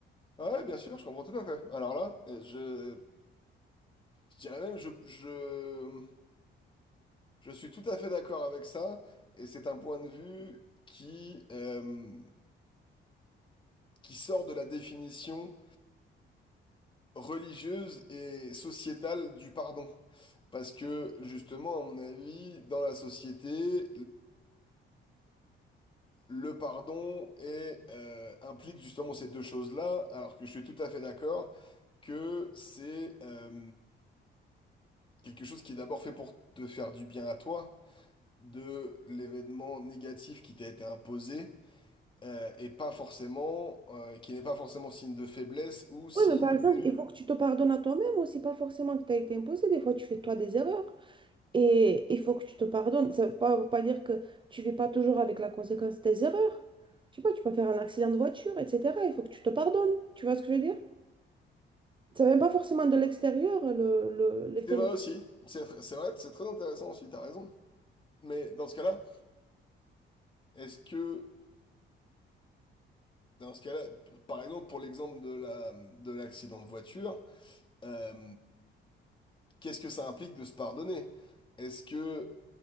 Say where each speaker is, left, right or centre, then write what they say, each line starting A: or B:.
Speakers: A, on the left; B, on the right.
A: Ouais, bien sûr, je comprends tout à fait. Alors là, euh, je, je dirais même, je, je, je suis tout à fait d'accord avec ça, et c'est un point de vue qui, euh, qui sort de la définition religieuse et sociétale du pardon. Parce que justement, à mon avis, dans la société, le pardon est, euh, implique justement ces deux choses-là, alors que je suis tout à fait d'accord que c'est euh, quelque chose qui est d'abord fait pour te faire du bien à toi, de l'événement négatif qui t'a été imposé, euh, et pas forcément, euh, qui n'est pas forcément signe de faiblesse ou signe
B: Oui, mais par exemple,
A: de...
B: il faut que tu te pardonnes à toi-même aussi, pas forcément que tu as été imposé. Des fois, tu fais toi des erreurs et il faut que tu te pardonnes. Ça ne veut pas, veut pas dire que tu ne vis pas toujours avec la conséquence de tes erreurs. Je sais pas, tu peux faire un accident de voiture, etc. Il faut que tu te pardonnes. Tu vois ce que je veux dire? Ça vient pas forcément de l'extérieur, le, le, l'effet
A: C'est vrai
B: négatif,
A: aussi, c'est tr- c'est vrai, c'est très intéressant aussi, t'as raison. Mais dans ce cas-là, est-ce que, dans ce cas-là, p- par exemple, pour l'exemple de la, de l'accident de voiture, euh, qu'est-ce que ça implique de se pardonner? Est-ce que